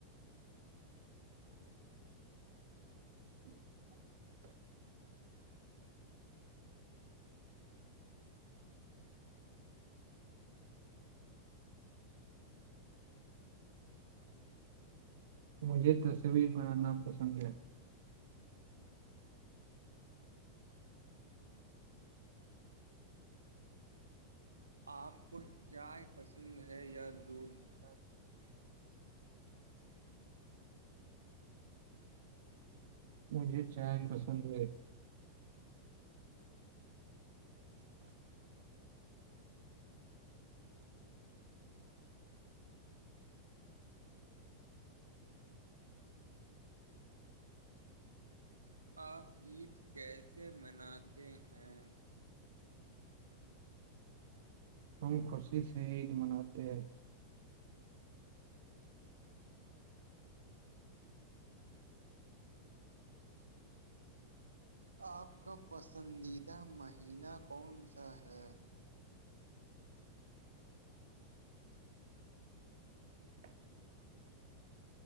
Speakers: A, on the right; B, on the right.
A: <unintelligible> مجھے تصویر بانا پسند ہے
B: آپ کو چائے پسند ہے یا دودھ
A: ا <inaudible> مجھے چائے پسند ہے <inaudible>
B: آپ عید کیسے مناتے ہیں
A: ہم خوشی سے عید مناتے ہیں
B: آپ کا پسندیدہ مہینہ کون سا ہے
A: <inaudible>